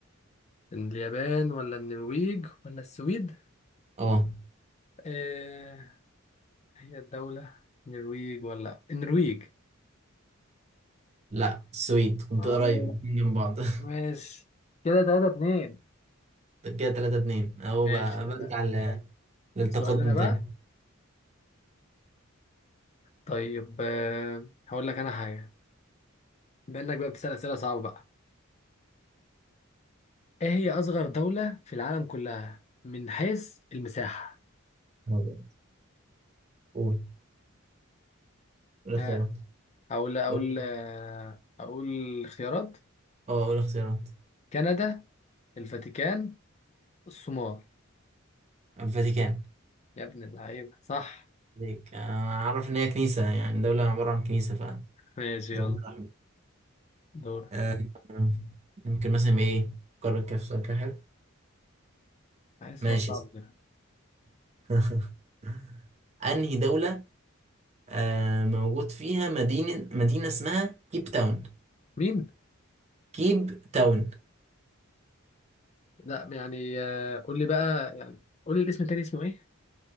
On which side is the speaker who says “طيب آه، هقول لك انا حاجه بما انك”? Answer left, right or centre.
Left